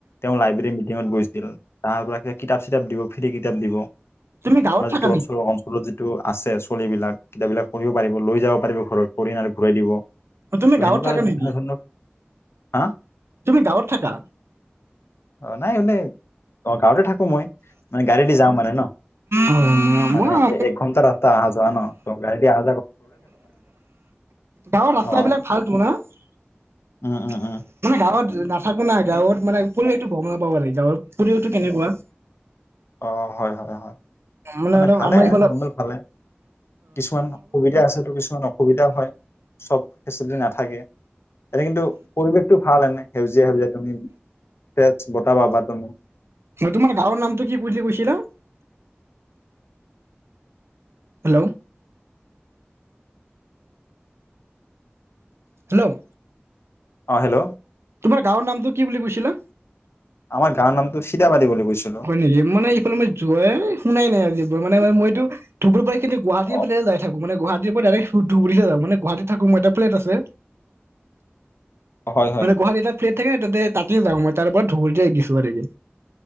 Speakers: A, on the left; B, on the right.
A: তেওঁ লাইব্ৰেৰী মিটিঙত গৈছিল তাহাৰপৰা কিতাপ চিতাপ দিব ফ্ৰী কিতাপ দিব
B: তুমি গাঁৱত থাক
A: অঞ্চলৰ য টো আছে চলিবিলাক কিতাব বিলাক পঢ়িব পাৰিব লৈ যাব পাৰিব ঘৰত পঢ়ি ন আৰু ঘূৰাই দিব
B: তুমি
A: ত'
B: গাঁৱত
A: সেনেকুৱা
B: থাকা
A: আৰু
B: নেকি
A: বিভিন্ন ধৰণৰ হা
B: তুমি গাঁৱত থাকা
A: অ নাই অ গাঁৱতে থাকো মই মানে গাড়ী দি যাওঁ মানে ন
B: অ
A: মানে
B: মই
A: এক ঘণ্টা ৰাস্তা অহা যোৱা ন ত গাড় আহ
B: গাঁৱৰ ৰাস্তা
A: অ
B: বিলাক ভালতো না তোমাৰ
A: উম উম উম
B: গাঁৱত নাথাকো নাই গাঁৱত মানে পৰিৱেশটো গম নাপাব লাগে গাঁৱত পৰিয়টো কেনেকুৱা
A: অ হয় হয় হয়
B: মানে অলপ
A: ভালে
B: আমাৰ ইফালৰ
A: নৰ্মেল ভালে কিছুমান সুবিধা আছে তো কিছুমান অসুবিধাও হয় চব ফেচিলিটি নাথাকে এতে কিন্তু পৰিৱেশটো ভাল এনেই সেউজিয়া সেউজীয়া তুমি ফ্ৰেছ বতাহ পাবা তুমি
B: তোমাৰ গাঁৱৰ নামটো কি বুলি কৈছিলা হেল্ল' হেল্ল'
A: অ হেল্ল'
B: তোমাৰ গাঁৱৰ নামটো কি বুলি কৈছিলা
A: আমাৰ গাঁৱৰ নামটো সিধাবাৰী বুলি কৈছিলো
B: হয় নেকি মানে ইফালে মই যোৱাই শুনাই নাই আজি মানে ম মইতো ধুবুৰী কিন্তু গুৱাহাটীৰ
A: অ
B: ফালে যায় থাক মানে গুৱাহাটীৰ পৰা ডাইৰেক্ট ধুবুৰীতে যাওঁ মানে গুৱাহাটীত থাকো মই এটা ফ্লেইট আছে
A: হয় হয়
B: মানে গুৱাহাটীত এটা ফ্লেট থাকে তাতে যাও মই তাৰ ওপৰত ধুবুৰীতে গেছো আৰকি